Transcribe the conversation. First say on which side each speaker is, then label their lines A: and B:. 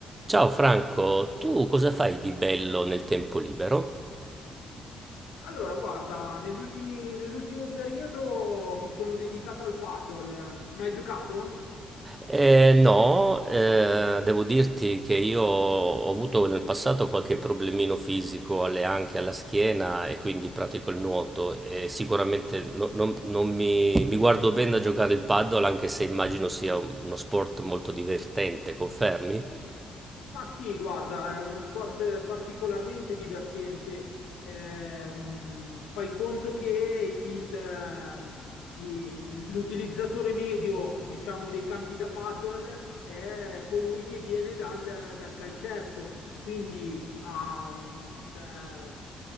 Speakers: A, on the right; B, on the left.
A: Ciao Franco, tu cosa fai di bello nel tempo libero?
B: Allora, guarda, negli ultimi- nell'ultimo periodo mi sono dedicato al paddle. Ma hai giocato?
A: Eh, no, eh, devo dirti che io ho avuto nel passato qualche problemino fisico alle anche alla schiena e quindi pratico il nuoto e sicuramente no- non, non mi, mi guardo bene da giocare il paddle anche se immagino sia un- uno sport molto divertente, confermi?
B: Ma sì, guarda, è uno sport particolarmente divertente. Ehm, fai conto che il, ehm, il- l'utilizzatore medio, diciamo, dei campi da paddle è colui che viene dal, dal calcetto, quindi ha eh,